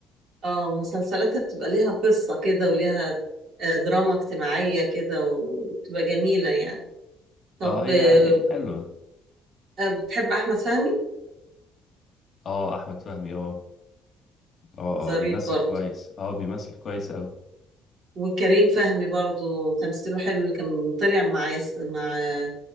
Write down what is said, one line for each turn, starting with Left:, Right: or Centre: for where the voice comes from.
Right: اه مسلسلاتها بتبقى ليها قصة كده وليها آه، دراما اجتماعية كده وبتبقى جميلة يعني طب
Left: اه هي
Right: آه،
Left: يعني حلوة
Right: آه، بتحب أحمد فهمي؟
Left: اه أحمد فهمي اه اه
Right: ظريف
Left: اه بيمثل
Right: برضه
Left: كويس اه بيمثل كويس أوي
Right: وكريم فهمي برضه تمثيله حلو اللي كان طلع مع يس... مع آه،